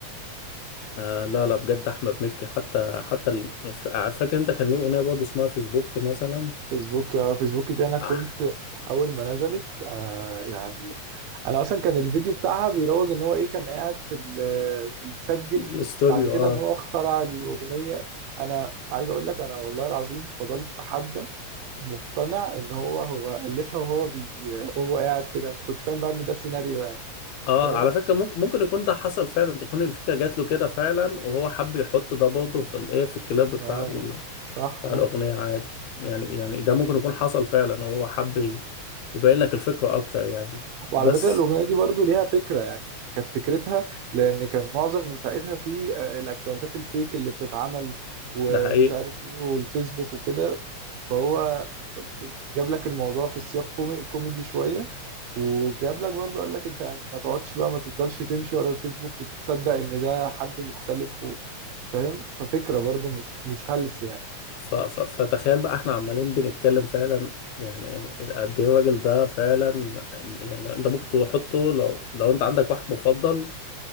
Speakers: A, on the left; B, on the right.
A: آه لا لا بجد احمد مكي حتى حتى ال- ف- فاكر انت كان ليه اغنيه برضه اسمها فيسبوك مثلا
B: فيسبوك يا فيسبوك دي انا كنت
A: آه
B: اول ما نزلت انا يعني انا اصلا كان الفيديو بتاعها بيروج ان هو ايه كان قاعد في ال- آه، بيسجل
A: الاستوديو
B: بعد كده
A: اه
B: ان هو اخترع الاغنيه انا عايز اقول لك انا والله العظيم فضلت حبه مقتنع ان هو هو الفها وهو بي وهو قاعد كده ما كنتش فاهم بقى ان ده السيناريو يعني
A: اه
B: فاهم
A: على فكره ممكن ممكن يكون ده حصل فعلا تكون الفكره جات له كده فعلا وهو حب يحط ده برضه في الايه في الكلاب بتاع
B: اه
A: ال...
B: صح
A: بتاع الاغنيه عادي يعني يعني ده ممكن يكون حصل فعلا وهو حب ي- يبين لك الفكره اكتر يعني
B: وعلى
A: بس
B: فكرة الأغنية دي برضو ليها فكرة يعني كانت فكرتها لأن كان معظم من ساعتها في آه، الأكونتات الفيك اللي بتتعمل ومش
A: ده حقيقي
B: عارف إيه والفيسبوك وكده فهو ك- جاب لك الموضوع في سياق كومي- كوميدي شوية وجاب لك برضو قال لك أنت يعني ما تقعدش بقى ما تفضلش تمشي ورا الفيسبوك وتصدق إن ده حد مختلف و- فاهم ففكرة برضو مش مش هلس يعني
A: ف- ف- فتخيل بقى احنا عمالين بنتكلم فعلا يعني قد ايه الراجل ده فعلا يعني انت ممكن تحطه لو لو انت عندك واحد مفضل